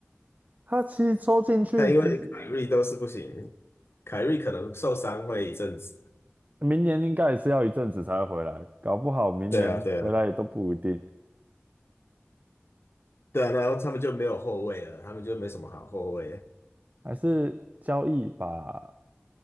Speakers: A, on the right (about 35°); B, on the left (about 65°).
A: 他其实抽进去只
B: 他因为凯瑞都是不行，凯瑞可能受伤会一阵子，
A: 明年应该也是要一阵子才会回来，搞不好明年回来也都不一定。
B: 对啊对啊对啊，然后他们就没有后卫了，他们就没什么好后卫。
A: 还是交易把